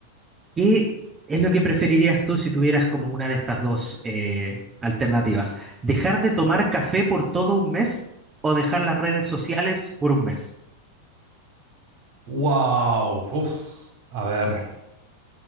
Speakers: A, on the right (about 20°); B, on the right (about 50°).
A: ¿Qué es lo que preferirías tú si tuvieras como una de estas dos eh, alternativas? ¿Dejar de tomar café por todo un mes o dejar las redes sociales por un mes?
B: Wow, a ver.